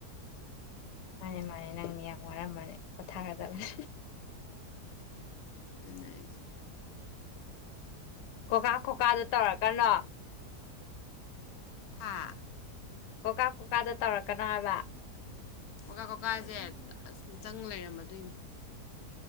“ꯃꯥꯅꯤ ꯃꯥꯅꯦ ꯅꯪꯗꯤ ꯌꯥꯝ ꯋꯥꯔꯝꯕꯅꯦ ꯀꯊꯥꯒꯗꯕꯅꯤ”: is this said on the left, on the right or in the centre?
Left